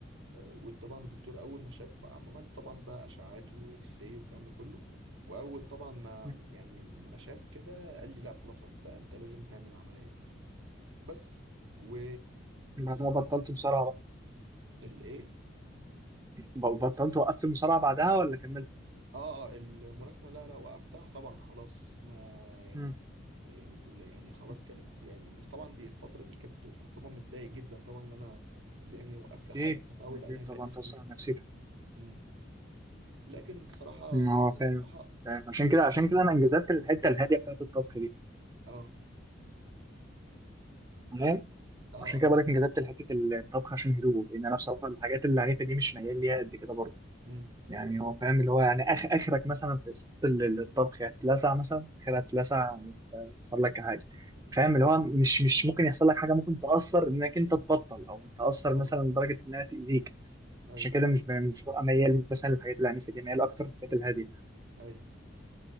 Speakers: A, on the right; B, on the right.
A: وطبعا الدكتور اول ما شاف عملت طبعا بقى اشعاعات واكس راي والكلام ده كله واول طبعا ما
B: مم.
A: يعني ما شاف كده قال لي لا خلاص انت انت لازم تعمل عمليه بس و
B: بعدها بطلت مصارعه
A: الايه
B: بقى ب- بطلت وقفت المصارعه بعدها ولا كملت؟
A: اه اه الملاكمه لا لا وقفتها طبعا خلاص ما يعني
B: مم.
A: يعني يعني خلاص
B: مم.
A: كانت يعني بس طبعا دي الفتره دي كانت كنت طبعا متضايق جدا طبعا ان انا اللي يعني وقفت
B: اكيد
A: حاجه متعود
B: اكيد
A: عليها
B: طبعا
A: بقالي سنين
B: تاثر على نفسيتك
A: امم لكن الصراحه
B: ما
A: لكن
B: هو فاهم
A: الصراحه
B: فاهم عشان كده عشان كده انا انجذبت الحته الهاديه بتاعت الطبخ دي
A: اه
B: تمام
A: اه
B: عشان
A: اه
B: كده بقولك انجذبت لحته الطبخ عشان هدوء لان انا بصراحه الحاجات العنيفه دي مش ميال ليها قد كده برضه
A: امم
B: يعني هو فاهم اللي هو يعني اخ اخرك مثلا في صوت ال- الطبخ هتلسع مثلا اخرها هتلسع يحصل لك حاجه فاهم اللي هو مش مش ممكن يحصل لك حاجه ممكن تاثر انك انت تبطل او تاثر
A: اه
B: مثلا لدرجه انها تاذيك
A: ايوه
B: عشان كده مش ب- مش ببقى ميال مثلا للحاجات العنيفه دي ميال اكتر للحاجات الهاديه
A: ايوه